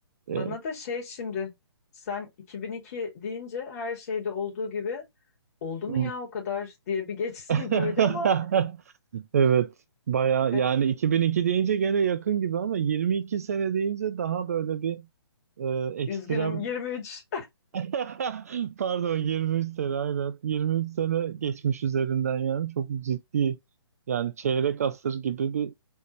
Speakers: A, on the right (about 35°); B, on the left (about 35°).
A: E,
B: bana da şey şimdi sen 2002 deyince her şeyde olduğu gibi oldu mu
A: hmm.
B: ya o kadar diye bir geçtim
A: <laughs>
B: <laughs> böyle ama
A: Evet. Baya yani
B: e,
A: 2002 deyince gene yakın gibi ama 22 sene deyince daha böyle bir Ee, ekstrem
B: üzgünüm 23.
A: <laughs> pardon 23 sene aynen 23 sene geçmiş üzerinden yani çok ciddi yani çeyrek asır gibi bir